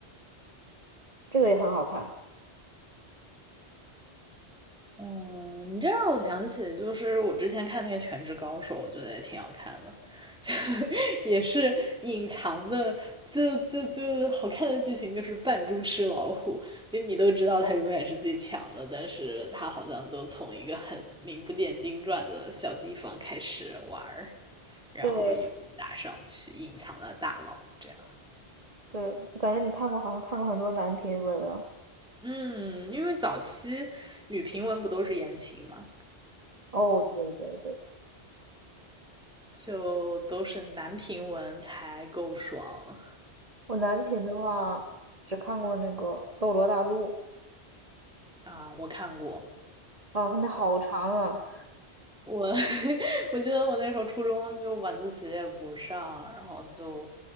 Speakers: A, on the right; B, in the centre.
A: 这个也很好看。
B: 嗯，你这让我想起，就是我之前看那个《全职高手》，我觉得也挺好看的，<laughs> 也是隐藏的，就就就好看的剧情就是扮猪吃老虎，就你都知道他永远是最强的，但是他好像就从一个很名不见经传的小地方开始玩儿，然后一路打上去，
A: 对
B: 隐藏的大佬这样。
A: 对，我感觉你看过，好像看过很多男频文啊。
B: 嗯，因为早期女评文不都是言情嘛，
A: 哦，对对对，
B: 就都是男评文才够爽。
A: 我男频的话只看过那个《斗罗大陆》
B: 啊，我看过，
A: 啊，它那好长啊。
B: 我 <laughs> 我记得我那时候初中就晚自习也不上，然后就